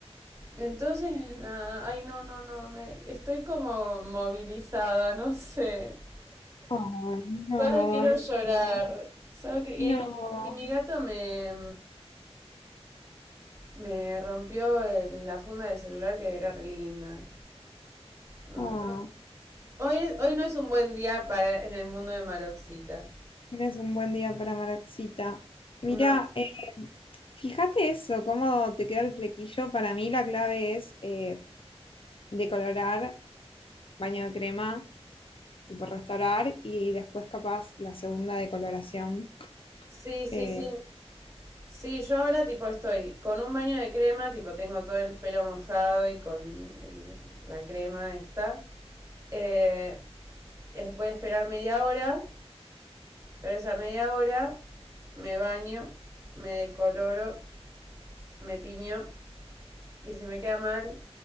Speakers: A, on the right (about 25°); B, on the left (about 55°).
A: entonces, nada, ay, no, no, no, me, estoy como movilizada, no sé.
B: Ay, no,
A: Solo quiero
B: amiga.
A: llorar. Solo que,
B: No.
A: y, y mi gato me, me rompió el- la funda del celular que era re linda. No,
B: Oh,
A: todo- Hoy, hoy no es un buen día para en el mundo de Maroxita.
B: tienes un buen día para Maroxita. Mira,
A: No.
B: eh, fíjate eso, cómo te queda el flequillo. Para mí la clave es eh, decolorar baño de crema, tipo restaurar, y después capaz la segunda de coloración.
A: Sí, sí,
B: Eh,
A: sí. Sí, yo ahora tipo estoy con un baño de crema, tipo tengo todo el pelo mojado y con el- la crema esta. Eh, es- voy a esperar media hora, pero esa media hora me baño, me decoloro, me tiño y si me queda mal,